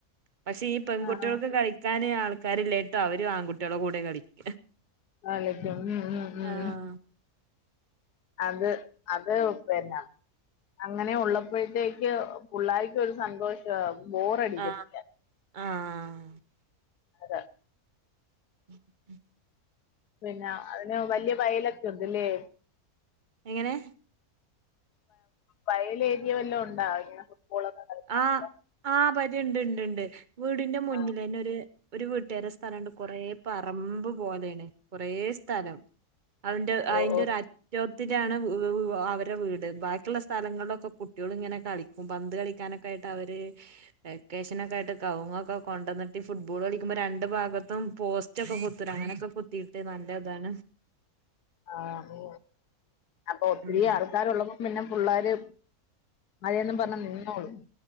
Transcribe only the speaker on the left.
ആഹ്
കളിക്കും ഉം ഉ ഉം
അത് അത്പിന്നെ അങ്ങനെ ഉള്ളപ്പോഴത്തേക്ക് പിള്ളർക്ക് ഒരു സന്തോഷം ബോറടിക്കത്തില്ല
അത
പിന്നെ അതിന് വലിയ വയലൊക്കെ ഉണ്ട്ല്ലേ
വയലേരിയ വല്ലോം ഉണ്ടാ ഇങ്ങനെ ഫുട്ബോളൊക്കെ കളിക്കാനൊക്കെ
ആഹ്
ഓ ഓ
ആഹ് അപ്പൊ ഒത്തിരി
ആൾക്കാരുള്ളതും പിന്നെ പിള്ളാര് മറന്നെന്നും പറഞ്ഞഞ് നിന്നോളൂ